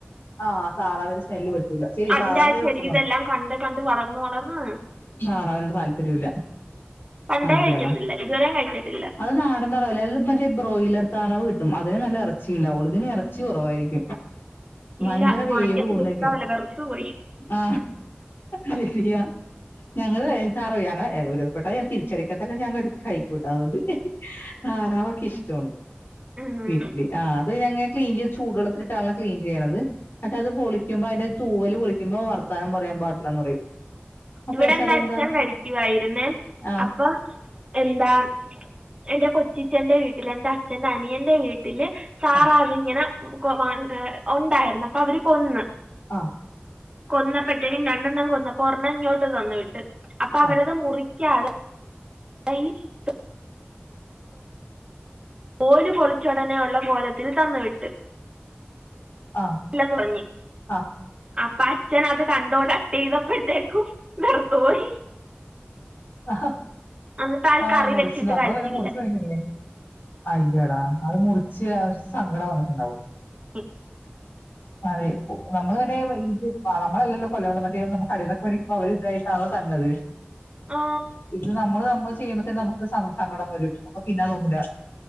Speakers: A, on the left; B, on the right.
A: ആ താറാവിന്റെ സ്മെല് പറ്റൂല ശെരിയാ
B: അതിന്റെ
A: താറാവിനൊരു
B: ആ ചെടി
A: വൃത്തികേടാണ്
B: ഇതെല്ലാം കണ്ട് കണ്ട് വളർന്നു വളർ ളർന്ന്
A: താറാവ് നോട്‌ താല്പര്യല്ല
B: പണ്ടേ
A: അയ്യോടാ
B: കഴിക്കത്തില്ല ഇതുവരെയും കഴിച്ചിട്ടില്ല
A: അത് നാടൻ തറവല്ലേ മറ്റേ ബ്രോയിലർ താറാവ് കിട്ടും അതിന് നല്ല എച്ചിണ്ടാവുള്ളൂ ഇതിന് എറച്ചി കുറവായിരിക്കും ഭയങ്കര
B: ഇല്ല
A: വേവ്
B: വാങ്ങിക്കത്തില്ല
A: കൂട്ലേയ്ക്ക
B: ഇഷ്ടാവില്ല വെറുത്തു പോയി
A: ആ ശരിയാ ഞങ്ങള് <unintelligible> ഞങ്ങള് <unintelligible> വടെ തിരിച്ചടിക്കാത്തല്ല ഞാൻ കടി കഴികും ട്ടോ അതൊണ്ട് താറാവക്കെ ഇഷ്ടമാണ്
B: ഉം.
A: വീട്ടില് ആ അത് ഞങ്ങ ക്ലീൻ ചെയ്ത് ചൂടു വെള്ളത്തിലിട്ടാണ്ണല്ല ക്ലീൻ ചെയ്യ്ണത് ന്നട്ട് അത് പൊളിക്കുമ്പോ അതിന്റെ തൂവല് പൊളിക്കുമ്പോ വർത്താനം പറയാൻ പാടില്ലാന്ന് പറയും അപ്പൊ
B: ഇവിടെ
A: പക്ഷെ
B: എന്റെ
A: അതെന്താ
B: അച്ഛൻ കഴിക്കുവായിരുന്നെ
A: ആ
B: അപ്പൊ എന്താ എന്റെ കൊച്ചി ച്ചന്റെ വീട്ടിൽ എന്റെ അച്ഛന്റെ അനിയന്റെ വീട്ടി ല് താറാവ്
A: ആ
B: ഇങ്ങന കൊ മ എ ഒണ്ടായിര്ന്ന് അപ്പൊ അവര് കൊന്ന്
A: ആ
B: കൊന്നപ്പെത്തെക്കും രണ്ടെണ്ണം കൊന്ന ഒരണ്ണം ഇങ്ങോട്ട് തന്ന് വിട്ട് അപ്പൊ അവരത്
A: ആ
B: മുറി ക്കാതെ <unintelligible> തോല് പൊളി ച്ചോടനെയുള്ള കോലത്തിൽ തന്നു വിട്ട്
A: ആ
B: ഇല്ലന്ന് പറഞ്ഞു
A: ആ
B: അപ്പൊ അച്ഛൻ അത് കണ്ടോടെ ചെയ്തപ്പോഴത്തേക്കും വെർത്തുപോയി
A: ആ
B: എന്നിട്ട് അത്
A: ആഹ്
B: കറി
A: മുറിച്ച്
B: വെച്ചിട്ട്
A: നമ്മള
B: കഴിച്ചില്ല
A: പിന്നെ മുറിച്ച് വക്കല്ലേ അയ്യടാ അത് മുറിച്ച് ആ ഒരു സങ്കടം വന്നിട്ടുണ്ടാവും.
B: ഉം
A: അതെ നമ്മള് പിന്നെ ഇ നമ്മളല്ലല്ലോ കൊല്ലണത് മറ്റേ നമ്മള് കടയിൽന്നോക്കെ മേടിക്കുമ്പോ അവർ ഇതായിട്ടാണല്ലോ തരണത്.
B: ആ
A: ഇത് നമ്മള് നമ്മള്. ചെയ്യുമ്പത്തേക്ക് നമുക്ക് സ സങ്കടം വരും അപ്പോ തിന്നാൻ തോന്നൂല്ല.